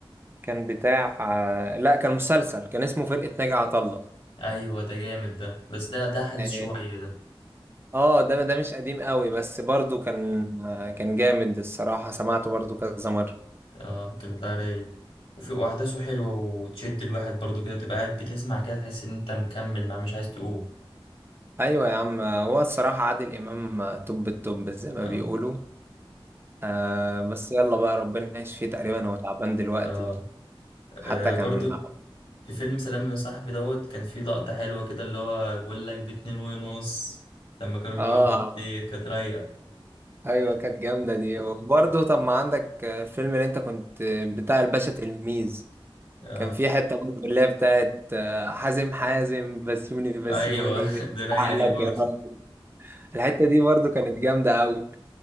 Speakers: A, on the right (about 25°); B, on the left (about 75°).
A: كان بتاع آه، لا كان مسلسل كان اسمه فرقة ناجي عطا الله
B: ايوه ده جامد ده بس ده ده حديث
A: اه
B: شوية ده
A: آه، ده ده مش قديم قوي بس برضو كان آه، كان جامد الصراحة سمعته برضو كذا مرة
B: اه كان ده رايق وفي واحداثه حلوة وتشد الواحد برضو كده تبقى قاعد بتسمع كده تحس ان انت مكمل مع مش عايز تقوم
A: ايوه يا عم آه، هو الصراحة عادل امام آه، توب التوب زي ما
B: اه
A: بيقولوا آه بس يلا بقى ربنا يشفيه تقريبا هو تعبان دلوقتي
B: اه
A: حتى
B: آه،
A: كان
B: برضو في فيلم سلام يا صاحبي دوت كان في لقطة حلوة كده اللي هو بيقول لك باتنين ونص لما كانوا بيبيعوا
A: اه
B: البطيخ كانت رايقة
A: ايوه كانت جامده دي وبرضه طب ما عندك الفيلم اللي انت كنت بتاع الباشا تلميذ
B: اه
A: كان في حته برضه اللي هي بتاعت حازم حازم بسيوني بسيوني
B: ايوه <laughs> دي رايقة
A: عقلك
B: دي برضو
A: يا راجل الحته دي برضه كانت جامده قوي